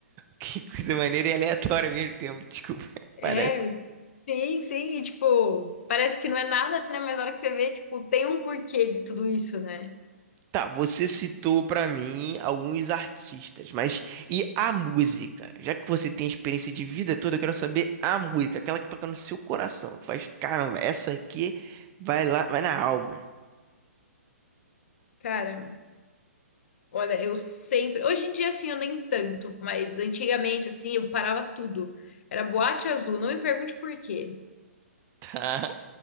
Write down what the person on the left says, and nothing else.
É,
é, sim, sim, e tipo, parece que não é nada, né? Mas a hora que você vê, tipo, tem um porquê de tudo isso, né?
Cara, olha, eu sempre. Hoje em dia, assim, eu nem tanto, mas antigamente, assim, eu parava tudo. Era boate azul. Não me pergunte por quê.